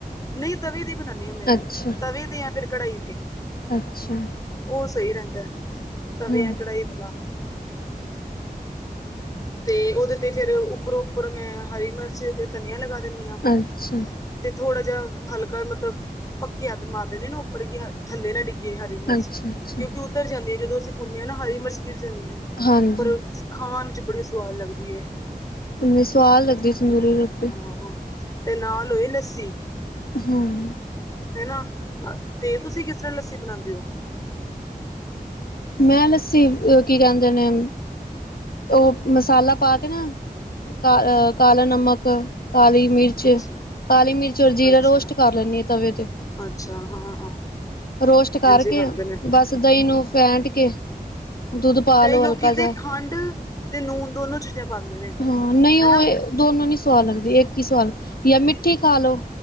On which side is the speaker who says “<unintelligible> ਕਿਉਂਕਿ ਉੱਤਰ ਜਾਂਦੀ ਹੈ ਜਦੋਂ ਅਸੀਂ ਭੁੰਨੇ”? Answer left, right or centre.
Left